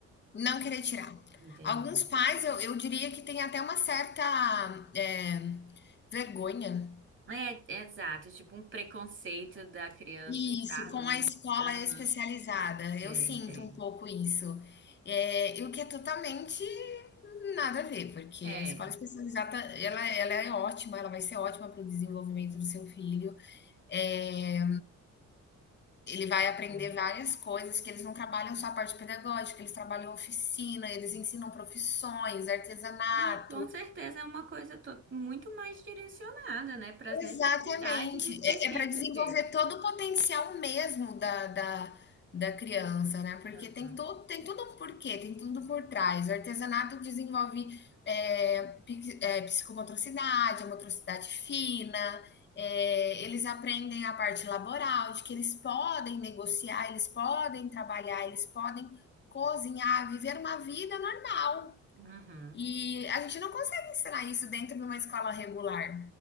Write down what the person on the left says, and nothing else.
Não querer tirar.
Alguns pais, eu, eu diria que tem até uma certa é, vergonha.
Isso,
com
a escola
especializada.
Eu sinto
um pouco isso. É, e o que é totalmente nada a ver, porque
a escola especializada, ela, ela é ótima, ela vai ser ótima para o desenvolvimento do seu filho. É, Ele vai
aprender várias coisas que eles não trabalham só a parte pedagógica, eles trabalham oficina, eles ensinam profissões, artesanato,
Exatamente.
É, é para desenvolver
todo o potencial mesmo da, da, da criança, né? Porque
tem todo, tem tudo um porquê, tem tudo por trás. O artesanato desenvolve é, pic- é, psicomotricidade, a motricidade fina, é, eles aprendem a parte laboral, de que eles podem negociar, eles podem trabalhar, eles podem cozinhar, viver uma vida normal.
E a gente não consegue ensinar isso dentro de uma escola regular.